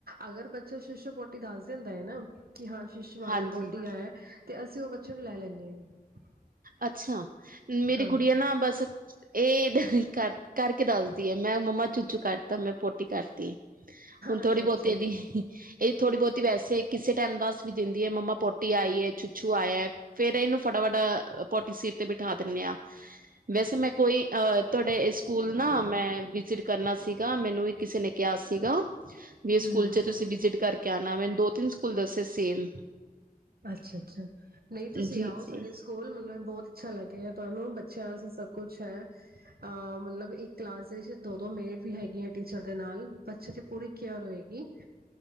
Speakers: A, on the right (about 80°); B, on the right (about 65°).
A: ਅਗਰ ਬੱਚਾ ਸ਼ੀਸ਼ੋ ਪੋਟੀ ਦੱਸ ਦਿੰਦਾ ਹੈ ਨਾ ਕਿ ਹਾਂ ਸ਼ੀਸ਼ੂ ਆ
B: ਹਾਂਜੀ
A: ਹੈ ਕੋਟੀ ਆ ਹੈ ਅਤੇ ਅਸੀਂ ਉਹ ਬੱਚੇ ਨੂੰ ਲੈ ਲੈਂਦੇ ਹਾਂ
B: ਅੱਛਾ ਮੇਰੀ
A: ਹਾਂ,
B: ਗੁੜੀਆ ਆਂ ਨਾ ਬਸ ਇਹਦਾ ਕਰ ਕਰਕੇ ਦੱਸਦੀਏ ਮੈਂ ਮੰਮਾ ਚੂਚੂ ਕੱਟ ਤਾਂ ਮੈਂ ਪੋਟੀ ਕਰਤੀ ਹੁਣ ਥੋੜੀ
A: ਅੱਛਾ-ਅੱਛਾ
B: ਬਹੁਤੀ ਇਹਦੀ ਇਹਦੀ ਥੋੜੀ ਬਹੁਤੀ ਵੈਸੇ ਕਿਸੇ ਤਮ ਦੱਸ ਵੀ ਦਿੰਦੀਏ ਮੰਮਾ ਪੋਟ ਟੀ ਆਈ ਚੁਛੂ ਆਇਆ ਫੇਰ ਇਹਨੂੰ ਫਟਾਫਟਾ ਪੋਟੀ ਸੀਟ ਤੇ ਬਿਠਾ ਦਿੰਦੇ ਹਾਂ ਵੈਸੇ ਮੈਂ ਕੋਈ ਅ ਤੁਹਾਡੇ ਸਕੂਲ ਨਾ ਮੈਂ ਵਿਜਿਟ ਕਰਨਾ ਸੀਗਾ ਮੈਨੂੰ ਇੱਕ ਕਿਸੇ ਨੇ ਕਿਹਾ ਸੀਗਾ ਵੀ
A: ਹੂੰ,
B: ਸਕੂਲ ਚ ਤੁਸੀਂ ਵਿਜਿਟ ਕਰਕੇ ਕਿਆ ਨਾਮ ਮੈਨੂੰ ਦੋ ਤਿੰਨ ਸਕੂਲ ਦੱਸੇ ਸੇਮ
A: ਅੱਛਾ ਅੱਛਾ ਨਹੀਂ ਤੁਸੀਂ
B: ਜੀ
A: ਆਓ
B: ਜੀ।
A: ਸਾਡੇ ਸਕੂਲ ਮਤਲਬ ਬਹੁਤ ਅੱਛਾ ਲੱਗੇਗਾ ਤੁਹਾਨੂੰ ਬੱਚਿਆਂ ਵਾਸਤੇ ਸਭ ਕੁਛ ਹੈ ਅਹ ਮਤਲਬ ਇਹ ਕਲਾਸ ਦੋ ਦੋ ਮੇਡ ਵੀ ਹੈਗੀ ਹੈ ਟੀਚਰ ਦੇ ਨਾਲ ਬੱਚੇ ਦੀ ਪੂਰੀ ਕੇਅਰ ਹੋਏਗੀ